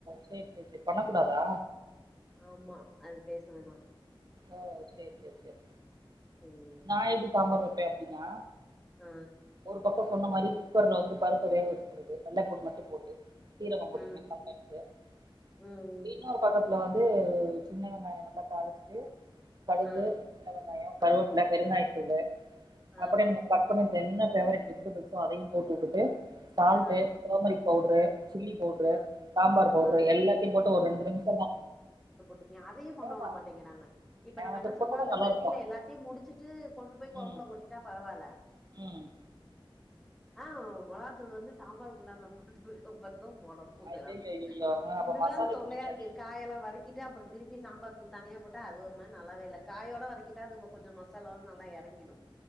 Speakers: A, on the right (about 45°); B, in the centre.
A: சேரி சேரி சேரி பண்ணக்கூடாதா
B: ஆமா அது பேச வேணா
A: ஓ சேர் சேர் சேர்
B: ம்
A: நா எப்டி சாம்பார் வெப்பே அப்டின்னா
B: அ
A: ஒரு பக்கோ சொன்ன மாறி குக்கர்ல வந்து பருப்ப வேக வச்சுக்கறது வெள்ள பூண்டு மட்டு போட்டு சீரக போட்டுக்குவ
B: ம்
A: சம் டைம்ஸ்சு அப்டியே
B: ம்
A: இன்னொரு பக்கத்துல வந்து சின்ன வெங்காய நல்லா தாளிச்சுட்டு கடுகு
B: ஆ
A: சின்ன வெங்காய கருவப்புல
B: ஆ
A: பெருகாயத்தூள்
B: ஆ
A: அப்டியே நம்ம கட் பண்ணிட் என்ன ஃபேவரட் வெஜிடபுள்ஸ்சோ அதையு போட்டு உட்டுட்டு salt
B: ஆ
A: turmeric powder chilli powder
B: ஆ
A: சாம்பார் பவுட்ரு
B: ஆ
A: எல்லாத்தையு போட்டு ஒரு ரெண்டு நிமிஷோ தா
B: விட்ருங்க அதையு பண்ண
A: ஆமா
B: விட மாட்டிங்கிறாங்க இப்ப நம்ம
A: அது
B: என்ன சொல்றோ
A: போட்டாதா
B: அந்த
A: நல்லா
B: சட்டியில
A: இருக்கு
B: எல்லாத்தையு முடிச்சுட்டு கொண்டு போய் கொழம்ப்ல
A: ம்
B: கொட்டிட்டா பரவால்ல
A: ம்
B: ஆ மொளாகாதூள் வந்து சாம்பார் குண்டான்ல போட்டதக்கு அப்றோ தா போடணு குக்குறாங்.
A: ஐயய்யய்யய்யோ ஆ அப்ப
B: இதுதா
A: மசாலே
B: தொல்லையாருக்கு
A: புடிக்காதே
B: காயெல்லா வதக்கிட்டு அப்றோ திருப்பி சாம்பார் தூள் தனியா போட்டா அது ஒரு மாதிரி நல்லாவே இல்ல காயோட வதக்கிட்டா கொஞ்சோ மசாலாவு நல்லா எறங்கிடு